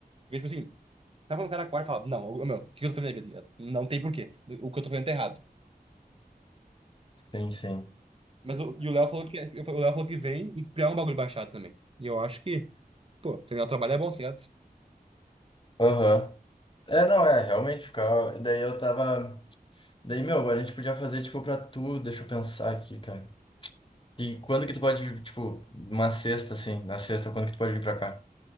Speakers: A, on the right; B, on the left.
A: Porque, tipo assim, tava no cara quarto e falava, não, ô, meu, o que eu tô fazendo na minha vida? Não tem porquê. O que eu tô fazendo tá errado.
B: Sim, sim.
A: Mas o, e o Léo falou que o Léo falou que vem e criar um bagulho baixado também. E eu acho que, pô, terminar o trabalho é bom, tá ligado?
B: Aham. É, não, é. Realmente ficava. Daí eu tava. Daí, meu, a gente podia fazer, tipo, pra tu, deixa eu pensar aqui, cara. E quando que tu pode, vir, tipo, uma sexta, assim, na sexta, quando que tu pode vir pra cá?